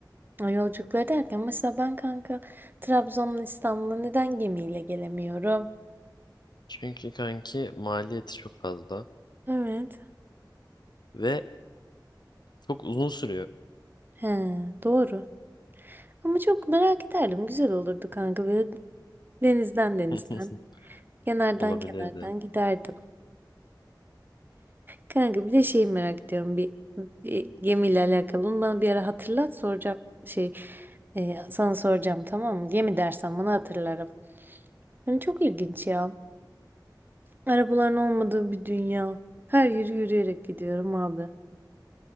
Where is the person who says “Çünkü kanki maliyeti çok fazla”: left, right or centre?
Left